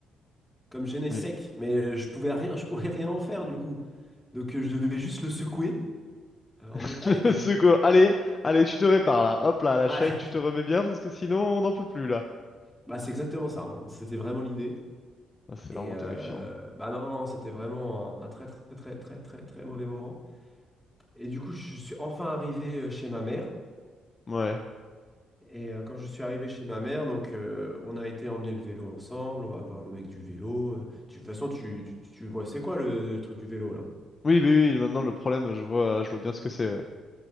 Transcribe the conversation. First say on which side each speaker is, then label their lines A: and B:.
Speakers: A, in the centre; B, on the left.
A: comme gêné
B: Mais,
A: sec. Mais euh, je pouvais rien, je pouvais rien en faire, du coup. Donc, euh, je devais juste le secouer, euh, en mode,
B: <laughs>
A: allez.
B: c'est quoi? Allez, allez, tu te répares, là. Hop, là, la
A: <laughs>
B: chaîne,
A: Ouais,
B: tu te remets bien, parce que sinon, on n'en peut plus, là.
A: bah, c'est exactement ça, hein. C'était vraiment l'idée.
B: Ah, c'est
A: Et
B: vraiment
A: euh,
B: terrifiant.
A: bah non, non, c'était vraiment un, un très, très, très, très, très, très mauvais moment. Et du coup, je suis enfin arrivé euh, chez ma mère.
B: Ouais.
A: Et euh, quand je suis arrivé chez ma mère, donc euh, on a été emmener le vélo ensemble, on va voir le mec du vélo. Euh, tu- De toute façon, tu, tu, tu vois, c'est quoi le, truc du vélo là?
B: Oui, oui, oui, maintenant, le problème, je vois, je vois bien ce que c'est, ouais.